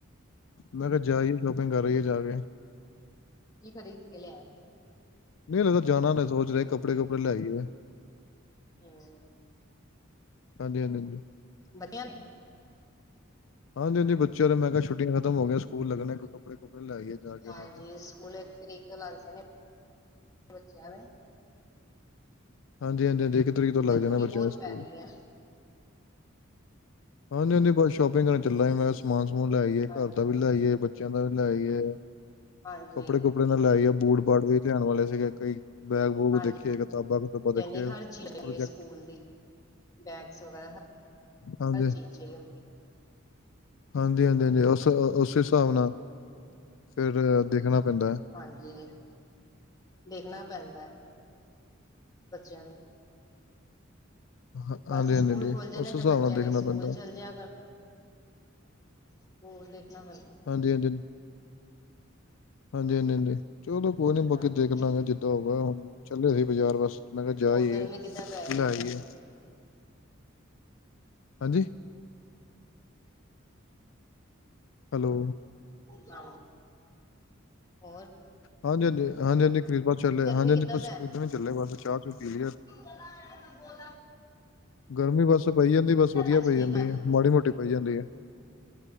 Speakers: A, on the left (about 65°); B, on the left (about 20°).
A: ਮੈਂ ਕਿਆ ਜਾਈਏ ਸ਼ੋਪਿੰਗ ਕਰ ਆਈਏ ਜਾ ਕੇ।
B: ਕੀ ਖਰੀਦ ਕੇ ਲਿਆਏ।
A: ਨਈ, ਜਾਣਾ ਨੀ ਸੋਚ ਰਿਆ ਕੱਪੜੇ ਕੁਪੜੇ ਲੈ ਆਈਏ।
B: ਹੂੰ।
A: ਹਾਂਜੀ ਹਾਂਜੀ ਹਾਂਜੀ।
B: ਵਧੀਆ ਨੀ।
A: ਹਾਂਜੀ ਹਾਂਜੀ, ਬੱਚਿਆਂ ਨੂੰ ਮੈਂ ਕਿਆ ਛੁੱਟੀਆਂ ਖਤਮ ਹੋ ਗਈਆਂ ਸਕੂਲ ਲੱਗਣੇ ਕੱਪੜੇ ਕੁੱਪੜੇ ਲਾ ਆਈਏ। ਜਾ ਕੇ
B: ਹਾਂਜੀ,
A: ਉਹਨਾਂ ਦੇ
B: ਸਕੂਲ ਇੱਕ ਤਰੀਕ ਤੋਂ ਲੱਗ ਜਾਣੇ ਬੱਚਿਆਂ ਦੇ।
A: ਹਾਂਜੀ ਹਾਂਜੀ, ਹਾਂਜੀ ਇੱਕ ਤਰੀਕ ਤੋਂ ਲੱਗ
B: ਗਰਮੀ
A: ਜਾਣਾ ਬੱਚਿਆਂ
B: ਬਹੁਤ
A: ਦੇ ਸਕੂਲ।
B: ਪੈ ਰਹੀ ਹੈ
A: ਹਾਂਜੀ ਹਾਂਜੀ, ਬਸ ਸ਼ੋਪਿੰਗ ਕਰਨ ਚੱਲਾਂ ਸੀ ਮੈਂ ਕਿਆ ਸਮਾਨ ਸਮੂਨ ਲੈ ਆਈਏ ਘਰ
B: ਹਾਂਜੀ
A: ਦਾ ਵੀ ਲੈ ਆਈਏ। ਬੱਚਿਆਂ ਦਾ ਵੀ ਲੈ ਆਈਏ
B: ਹਾਂਜੀ
A: ਕੱਪੜੇ ਕੁੱਪੜੇ ਦਾ ਲੈ ਆਈਏ ਬੂਟ ਬਾਟ ਵੀ ਲਿਆਣ ਵਾਲੇ ਸੀਗੇ। ਕਈ ਬੈਗ ਬੂਗ
B: ਹਾਂਜੀ
A: ਦੇਖੀਏ ਕਿਤਾਬਾਂ ਕਤੂਬਾਂ ਦੇਖੇ
B: ਹਾਂਜੀ ਹਰ
A: ਪ੍ਰੋਜੈਕਟ
B: ਚੀਜ਼ ਹੈ ਸਕੂਲ ਦੀ ਬੈਗਸ ਵਗੈਰਾ ਹਰ
A: ਹਾਂਜੀ
B: ਚੀਜ਼ ਚਾਈ ਦੀ ਹੁੰਦੀ।
A: ਹਾਂਜੀ ਹਾਂਜੀ, ਹਾਂਜੀ ਉਸ ਉਸ ਹਿਸਾਬ ਨਾਲ ਫੇਰ ਦੇਖਣਾ ਪੈਂਦਾ।
B: ਹਾਂਜੀ ਦੇਖਣਾ ਪੈਂਦਾ ਬੱਚਿਆਂ ਨੂੰ।
A: ਹਾਂ-
B: ਬਸ
A: ਹਾਂਜੀ ਹਾਂਜੀ
B: ਸਕੂਲ
A: ਹਾਂਜੀ
B: ਖੁੱਲ੍ਹ ਜਾਂਣੇ
A: ਉਸ
B: ਫੇਰ
A: ਹਿਸਾਬ
B: ਬੱਚਿਆਂ
A: ਨਾਲ ਦੇਖਣਾ
B: ਨੇ ਸਕੂਲ
A: ਪੈਂਦਾ
B: ਚੱਲ ਜਿਆ ਕਰ। ਬੋ ਦੇਖਣਾ ਪੈਂਦਾ
A: ਹਾਂਜੀ ਹਾਂਜੀ। ਹਾਂਜੀ ਹਾਂਜੀ, ਹਾਂਜੀ ਚਲੋ ਕੋਈ ਨੀ ਬਾਕੀ
B: ਹਾਂਜੀ
A: ਦੇਖ ਲਾਂਗੇ ਜਿੱਦਾਂ ਹੋਊਗਾ ਹੁਨ ਚੱਲਿਆ ਸੀ ਬਾਜ਼ਾਰ ਬਸ। ਮੈਂ ਕਿਆ ਜਾ
B: ਹੋਰ
A: ਆਈਏ
B: ਗਰਮੀ ਕਿੱਦਾਂ ਪੈ ਰਹੀ
A: ਲੈ
B: ਉੱਧਰ
A: ਆਈਏ। ਹਾਂਜੀ। ਹੈਲੋ।
B: ਹਾਂ। ਔਰ
A: ਹਾਂਜੀ- ਹਾਂਜੀ -ਹਾਂਜੀ- ਹਾਂਜੀ ਖਰੀਦ ਚੱਲੇ
B: ਗਰਮੀ
A: ਹਾਂਜੀ- ਹਾਂਜੀ
B: ਕਿੱਦਾਂ
A: ਬ ਖਰੀਦ ਚੱਲੇ ਬਸ ਚਾਹ ਚ' ਪੀ।
B: ਬਹੁਲ <unintelligible>
A: ਗਰਮੀ ਬਸ ਪਈ ਜਾਂਦੀ ਬਸ ਵਧੀਆ
B: ਅੱਜ
A: ਪਈ
B: ਕੀ
A: ਜਾਂਦੀ
B: ਬਣ
A: ਹੈ। ਮਾੜੀ- ਮੋਟੀ ਪਈ ਜਾਂਦੀ ਹੈ।